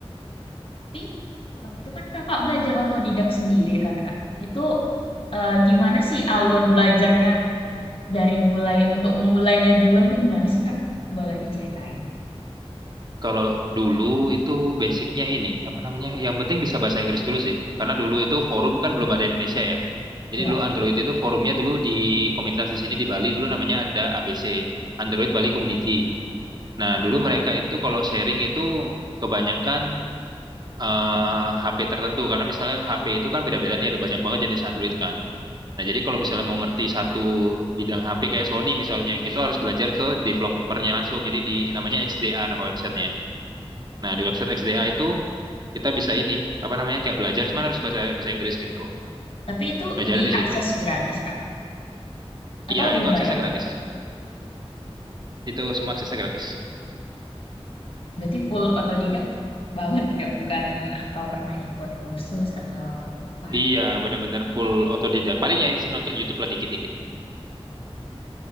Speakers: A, on the left; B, on the right.
A: Tapi eh, itu kan Kakak belajar otodidak sendiri kan Kak? Itu eh, gimana sih alur belajarnya dari mulai untuk memulainya duluan tuh gimana sih Kak? Boleh diceritain?
B: Kalau dulu itu basicnya ini, apa namanya? Yang penting bisa bahasa Inggris dulu sih. Karena dulu itu forum kan belum ada Indonesia ya. Jadi
A: Ya.
B: dulu Android itu forumnya dulu di komunitas di sini di Bali dulu namanya ada ABC, Android Bali Community. Nah, dulu mereka itu kalau sharing itu kebanyakan eh, HP tertentu karena misalnya HP itu kan beda-beda nih ada banyak banget jenis Android kan. Nah, jadi kalau misalnya mau ngerti satu bidang HP kayak Sony misalnya gitu harus belajar ke developernya langsung. Jadi di namanya XDA nama websitenya. Nah, di website XDA itu kita bisa ini, apa namanya, kayak belajar, cuman harus bahasa bahasa Inggris gitu.
A: Tapi itu
B: Belajarnya
A: diakses
B: di situ.
A: gratis Kak? Atau
B: Iya,
A: berbayar?
B: itu aksesnya gratis. Itu semua aksesnya gratis.
A: Berarti full otodidak banget juga, bukan atau pernah ikut kursus atau apa.
B: Iya, bener-bener full otodidak. Paling ya isi nonton YouTube lah dikit-dikit.